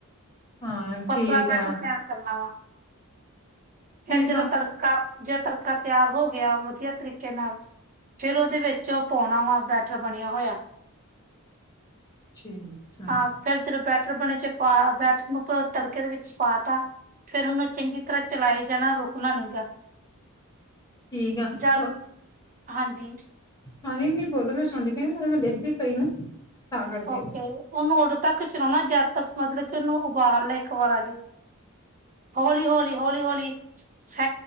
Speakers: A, on the left; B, on the right.
A: ਹਾਂ
B: ਪਤਲਾ
A: ਠੀਕ
B: ਪੈਟਰ
A: ਆ
B: ਤਿਆਰ ਕਰਨਾ ਵਾ। ਫਿਰ
A: ਠੀਕ
B: ਜਦੋਂ
A: ਆ
B: ਤੜਕਾ ਜ ਤੜਕਾ ਤਿਆਰ ਹੋ ਗਿਆ ਵਧੀਆ ਤਰੀਕੇ ਨਾਲ। ਫਿਰ ਉਹਦੇ ਵਿੱਚ ਉਹ ਪਾਉਣਾ ਵਾ ਬੈਟਰ ਬਣਿਆ ਹੋਇਆ।
A: ਠੀਕ। ਆ
B: ਹਾਂ, ਫਿਰ ਜਦੋਂ ਬੈਟਰ ਬਣੇ 'ਚ' ਪਾ ਬੈਟਰ ਨੂੰ ਤੜਕੇ ਦੇ ਵਿੱਚ ਪਾ ਤਾਂ। ਫਿਰ ਉਹਨੂੰ ਚੰਗੀ ਤਰ੍ਹਾਂ ਚਲਾਏ ਜਾਣਾ ਰੁਕਣਾ ਨਹੀਂ ਗਾ।
A: ਠੀਕ ਆ
B: ਜਦ
A: 'ਚ'
B: ਹਾਂਜੀ।
A: ਹਾਂ ਨਹੀਂ ਬੋਲੋ ਮੈਂ ਸੁਣਦੀ ਪਈ ਆ ਉਹਨੂੰ ਮੈਂ ਲਿਖਦੀ ਪਈ ਨਾ ਤਾਂ ਕਰਕੇ
B: ਓਕੇ, ਉਹਨੂੰ ਉਦੋਂ ਤੱਕ ਚਲਾਉਣਾ ਜਦ ਤੱਕ ਮਤਲਬ ਕਿ ਉਹਨੂੰ ਉਬਾਲ ਨਾ ਇੱਕ ਵਾਰ ਆਜੇ ਹੌਲੀ-ਹੌਲੀ, ਹੌਲੀ-ਹੌਲੀ ਸ